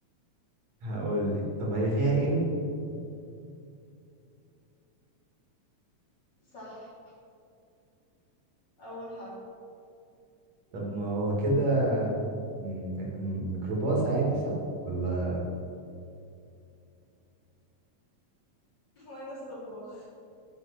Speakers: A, on the right; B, on the left.
A: هقول لك طب هي فيها إم؟
B: صح أول حرف
A: طب ما هو كده م... م- ميكروباص عادي صح؟ ولا
B: شيف ماينس طباخ